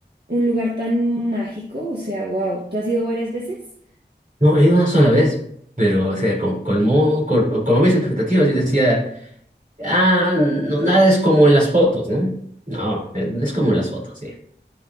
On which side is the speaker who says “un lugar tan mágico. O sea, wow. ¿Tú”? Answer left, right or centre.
Right